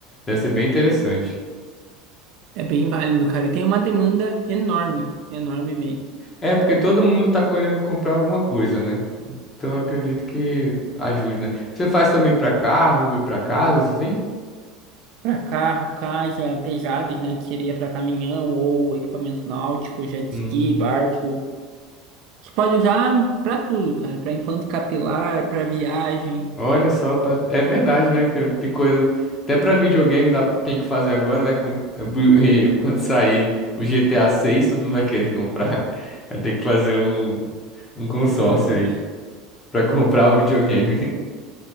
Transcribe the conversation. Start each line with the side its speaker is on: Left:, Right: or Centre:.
Left: deve ser bem interessante.
Right: É bem válido, cara. E tem uma demanda enorme, enorme mesmo.
Left: É, porque todo mundo tá querendo comprar alguma coisa, né? Então, eu acredito que ajude, né? Você faz também para carro e para casa, assim?
Right: Para carro, casa, pesados, né? Que seria para caminhão ou equipamento náutico, jet ski,
Left: Hum.
Right: barco. Você pode usar para tudo, cara. Para implante capilar, para viagem.
Left: Olha só, pra- é verdade, né? Que tem coisa. Até pra videogame dá... tem que fazer agora, né? Quando... <laughs> e Quando sair o GTA 6, todo mundo vai querer <laughs> comprar. Vai ter que fazer um, um consórcio
Right: Bom, cara,
Left: aí pra <laughs> comprar o videogame. <laughs>